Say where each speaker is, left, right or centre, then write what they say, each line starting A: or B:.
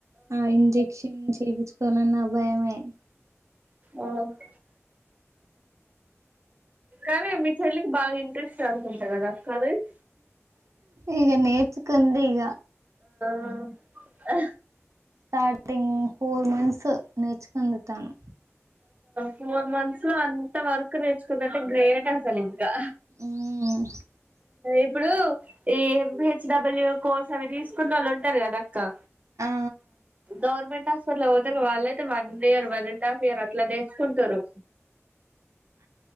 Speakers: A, on the right; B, on the right.
A: ఆ ఇంజెక్షన్ చేపించుకోవలన భయమే
B: ఆవున్ సరే మీ చెల్లికి బాగా ఇంట్రెస్ట్ అనుకుంట కదా కాలేజ్
A: ఈగ నేర్చుకుంది ఈగ
B: ఆ
A: స్టార్స్టింగ్ ఫోర్ మంత్స్ నేర్చుకుంది తాను
B: ఫోర్ మంత్స్ లో అంత వర్క్ నేర్చుకుందంటే గ్రేట్ ఆస్ సలింకా
A: మ్మ్
B: ఇప్పుడు ఈ M P H W course అవి తీసుకున్నోళ్లు ఉంటారు కదా కా
A: ఆ
B: గవర్నమెంట్ హాస్పిటల్ పోతె వాళ్లు ఐతే ఇయర్ వన్ అండ్ ఆఫ్ ఇ ఇయర్ అట్లా నేర్చుకుంటారు